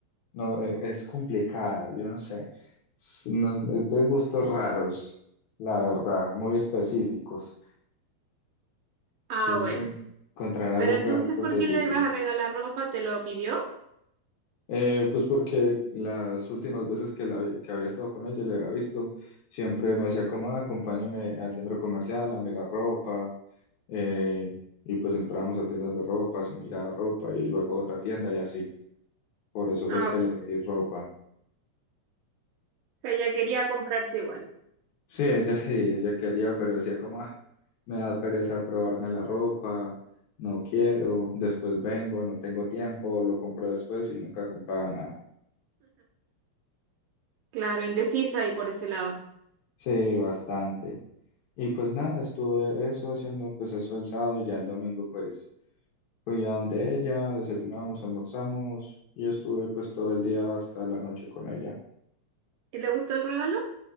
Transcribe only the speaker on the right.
Ah,
bueno.
Pero entonces,
¿por
qué le vas a regalar ropa? ¿Te lo pidió?
Ah,
bueno.
O sea, ella quería comprarse igual.
Claro, indecisa y por ese lado.
¿Y le gustó el regalo?